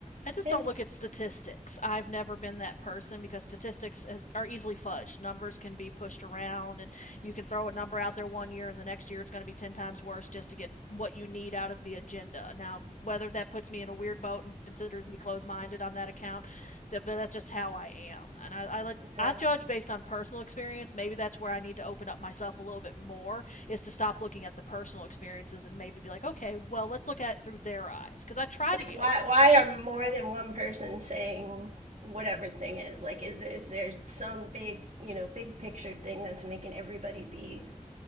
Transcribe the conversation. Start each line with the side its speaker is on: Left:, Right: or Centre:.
Left: I just
Right: that's
Left: don't look at statistics. I've never been that person because statistics are easily fudged. Numbers can be pushed around, and you can throw a number out there one year, and the next year it's going to be 10 times worse just to get what you need out of the agenda. Now, whether that puts me in a weird boat and considers me closed minded on that account, that, but that's just how I am. And I, I, let,
Right: yeah.
Left: I judge based on personal experience. Maybe that's where I need to open up myself a little bit more, is to stop looking at the personal experiences and maybe be like, okay, well, let's look at it through their eyes. Because I try
Right: like
Left: to be
Right: why
Left: open
Right: why
Left: minded.
Right: are more than one person saying whatever thing is like is is there some big you know big picture thing that's making everybody be